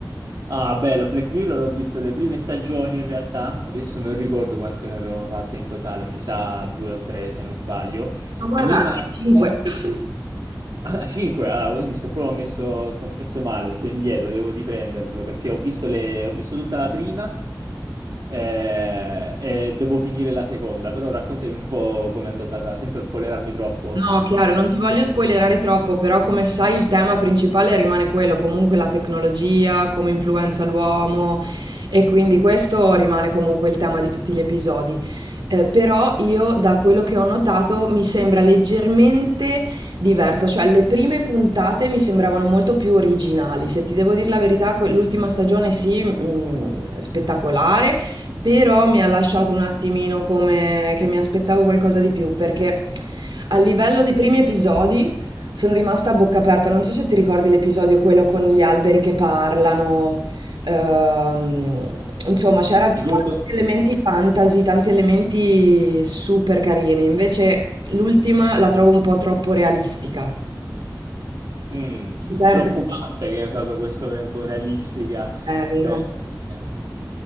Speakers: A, on the right; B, on the right.
A: Ah, bello, Black Mirror ho visto le prime stagioni in realtà, adesso non ricordo quante ne avevamo fatte in totale, mi sa due o tre se non sbaglio.
B: Ma guarda,
A: Mi manca...
B: anche 5. <laughs>
A: eh, Ah, cinque, ah, quindi sto proprio messo, sto messo male, sto indietro, devo riprenderlo perché ho visto, le- ho visto tutta la prima eh, e devo finire la seconda, però raccontami un po' com'è andata senza spoilerarmi troppo.
B: No, chiaro,
A: Eh,
B: non ti voglio spoilerare troppo, però come sai il tema principale rimane quello, comunque la tecnologia, come influenza l'uomo e quindi questo rimane comunque il tema di tutti gli episodi. Eh, però io da quello che ho notato mi sembra leggermente diversa, cioè le prime puntate mi sembravano molto più originali, se ti devo dire la verità, que- l'ultima stagione sì, mh, spettacolare, però mi ha lasciato un attimino come che mi aspettavo qualcosa di più, perché a livello di primi episodi sono rimasta a bocca aperta. Non so se ti ricordi l'episodio quello con gli alberi che parlano. ehm, insomma, c'era tanti
A: ricordo...
B: elementi fantasy, tanti elementi super carini. Invece l'ultima la trovo un po' troppo realistica.
A: Mm,
B: Si perde
A: preoccupante
B: un po',
A: che hai usato questo verbo realistica.
B: è vero.
A: Eh, eh.